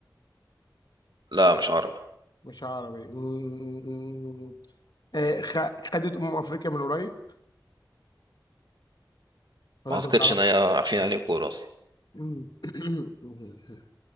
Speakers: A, on the right (about 80°); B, on the left (about 65°).
A: لا مش عربي
B: مش عربي مم. آه، خ- خدت أمم أفريقيا من قريب ولا
A: ما أعتقدش
B: أنت بتعرف؟
A: إن هي عارفين عليه كورة أصلا
B: مم. <coughs>